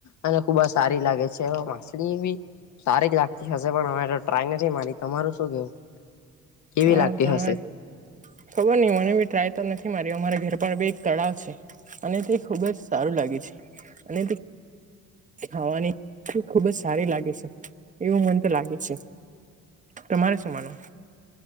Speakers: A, on the left (about 70°); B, on the right (about 25°).
A: અને ખુબ જ સારી લાગે છે, માછલી બી સારી જ લાગતી હશે પણ અમે તો ટ્રાય નથી મારી તમારું શું કેવું કેવી
B: હા
A: લાગતી
B: તમારે
A: હશે?
B: ખબર નહી મને બી ટ્રાય તો નથી મારી અમારે ઘર પર બી એક તળાવ છે. અને તે ખુબ જ સારું લાગે છે, અને ખાવાની ખુબ જ સારી લાગે છે, એવું મન તો લાગે છે. તમારે શું માનું?